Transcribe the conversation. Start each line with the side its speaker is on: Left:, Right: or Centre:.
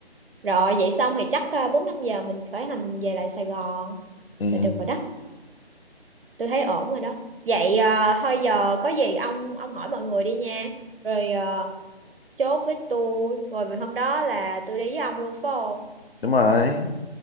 Right: Rồi vậy xong thì chắc à, 4 5 giờ mình khởi hành về lại Sài Gòn
Left: ừ.
Right: là được rồi đó. Tôi thấy ổn rồi đó. Vậy à, thôi giờ có gì ông ông hỏi mọi người đi nha. Rồi à, chốt với tôi, rồi vì hôm đó là tôi đi với ông luôn phải không?
Left: đúng rồi